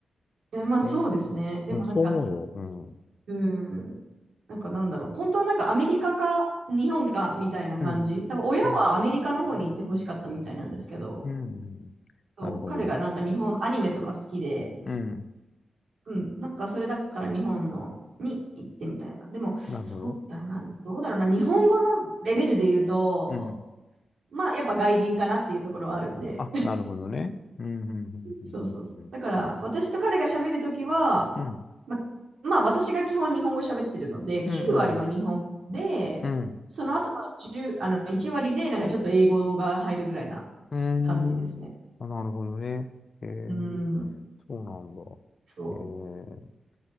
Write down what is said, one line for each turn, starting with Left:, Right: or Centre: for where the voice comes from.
Right: いや、まあそうですね。
Left: え
Right: でもなんか、
Left: ー、うん、そう思うよ。うん。
Right: うん。なんかなんだろう。本当はなんかアメリカか日本かみたいな感じ。
Left: うん。
Right: 多分親はアメリカの方に行ってほしかったみたいなんですけど、
Left: うん。うん。
Right: そう彼がなんか日本、
Left: なるほど。
Right: アニメとか好きで、
Left: うん。
Right: うん、なんかそれだから日本のに行ってみたいな。でも、
Left: なるほど。
Right: そうだろうな、どうだろうな、日本語のレベルで言うと、
Left: うん。
Right: まあやっぱ外人かなっていうところはあるんで、
Left: あ、なるほどね。うん。
Right: <laughs> そうそうそう。
Left: うん。
Right: だから私と彼が喋るときは、
Left: うん。うん。
Right: ま、まあ私が基本日本語喋ってるので、9割は日本で、
Left: うん。うん。うん。
Right: その後の1あの1割でなんかちょっと英語が入るぐらいな
Left: うんあ、
Right: 感じですね。
Left: なるほどね。えー、
Right: うん、
Left: そうなんだ。
Right: そう。
Left: えー、